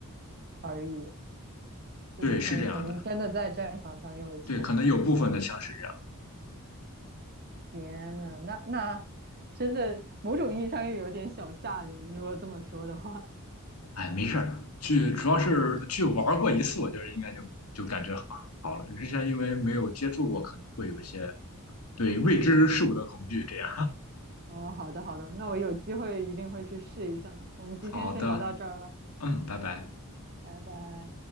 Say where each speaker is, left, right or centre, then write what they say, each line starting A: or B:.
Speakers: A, on the right (about 45°); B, on the left (about 80°).
A: 而已。就是他们曾经真的在战场上用的枪。
B: 对，是这样的。对，可能有部分的枪是这样。
A: 天呐，那那真的某种意义上又有点小吓人，如果这么说的话。
B: 哎，没事儿，去主要是去玩过一次，我觉得应该就就感觉好好了。之前因为没有接触过，可能会有一些对未知事物的恐惧。这样，
A: 哦，好的好的，那我有机会一定会去试一下。我们今天先聊到这儿吧，
B: 好的，嗯，拜拜。
A: 拜拜。